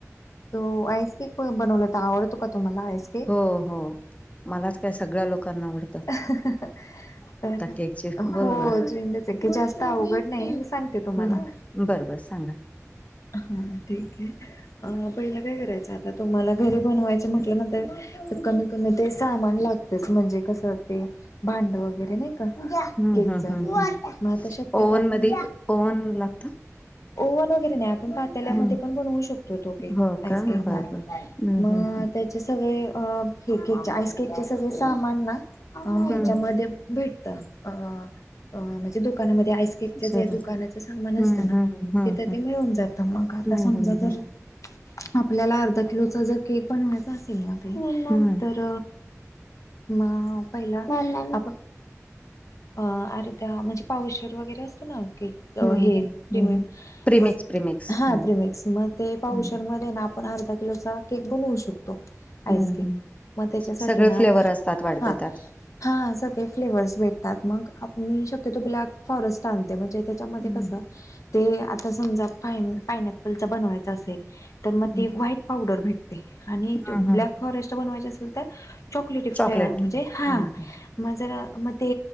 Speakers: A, on the left; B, on the left.
A: तो आईसकेक बनवला होता. आवडतो का तुम्हाला आईकक?
B: हो हो मलाच काय सगळ्या लोकांना आवडतो.
A: हा हा. तर
B: केकची
A: हो
B: बोला
A: <unintelligible>
B: ना
A: जास्त अवघड नाही मी सांगते तुम्हाला.
B: हम्म बरं बर सांगा.
A: हा ठीक आहे. पहिला काय करायचं आता तुम्हाला घरी बनवायचे म्हटल्यानंतर कमी कमी ते सामान लागतच. म्हणजे कस ते भांड वगैरे नाही का.
B: हम्म
A: केकच.
B: हम्म हम्म हम्म
A: मग आता शक्यतो
B: ओव्हन
A: आपण
B: मध्ये ओव्हन लागतं
A: ओ ना गिरी न्याप पातेल्यामधे
B: हम्म
A: पण बनवू शकतो तो केक.
B: हो
A: आईस
B: का
A: केक
B: बर
A: म्हणून.
B: बर हम्म
A: मग
B: हम्म हम्म
A: सगळे अ हे केक आईस केक सगळे सामान ना ह्याच्यामध्ये
B: हम्म
A: भेटत. अ अ म्हणजे दुकानामध्ये आईस केकच तिथे
B: जेवण
A: जे दुकानाच सामान
B: हम्म
A: असत ना,
B: हम्म हम्म
A: तिथे ते मिळून जात. मग आता
B: हम्म
A: समजा
B: हम्म हम्म
A: जर,
B: हम्म
A: आपल्याला अर्धा किलोचा जर केक बनवायचा असेल ना
B: हम्म
A: तर म पहिला आपण अर्धा, म्हणजे पाऊशेर वगैरे असतो ना केक. अ
B: हं,
A: हे
B: हं,
A: प्रिमे,
B: हं. प्रिमिक्स,
A: मग
B: प्रिमिक्स.
A: हा
B: हं.
A: प्रिमेक्स‌. मग ते पाऊशेरमध्ये
B: हं.
A: ना आपण अर्धा किलोचा केक बनवू शकतो. आईस
B: हं,
A: केक.
B: हं.
A: मग त्याच्यासाठी
B: सगळे
A: ना
B: फ्लेवर
A: आता
B: असतात वाटतं
A: हा
B: त्यात.
A: हा सगळे फ्लेवर्स भेटतात. मग आप मी शक्यतो ब्लॅक फॉरेस्ट आणते. म्हणजे ते त्यामधे
B: हं,
A: कस, ते आता समजा पाय पायनेपलचा बनवायच असेल तर मग
B: हं.
A: ती व्हाईट पावडर भेटते. आणि
B: हां,
A: ते ब्लॅक
B: हां.
A: फॉरेस्ट बनवायचे असेल तर चॉकलेटी फ्लेवर,
B: चॉकलेट.
A: म्हणजे
B: हं,
A: हा
B: हं.
A: मग जर म ते